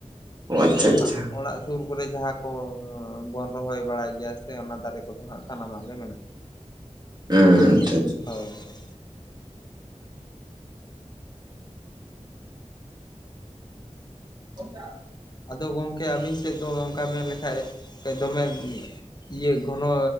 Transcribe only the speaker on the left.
ᱟᱫᱚ
ᱦᱟᱸᱜ ᱚᱲᱟᱜ ᱥᱩᱨ ᱠᱚᱨᱮ ᱡᱟᱦᱟᱸ ᱠᱚ ᱵᱚᱱ ᱨᱚᱦᱚᱭ ᱵᱟᱲᱟᱭ ᱜᱮᱭᱟ ᱥᱮ ᱚᱱᱟ ᱫᱟᱨᱮ ᱠᱚᱫᱚ ᱦᱟᱸᱜ ᱥᱟᱱᱟᱢᱟᱜ ᱜᱮ ᱢᱮᱱᱟᱜ
<unintelligible>
ᱟᱫᱚ ᱜᱚᱢᱠᱮ ᱟᱹᱵᱤᱱ ᱥᱮᱫ ᱫᱚ ᱱᱚᱝᱠᱟ ᱢᱮᱱ ᱞᱮᱠᱷᱟᱡ ᱫᱚᱢᱮ ᱤᱭᱟᱹ ᱜᱷᱚᱱᱚ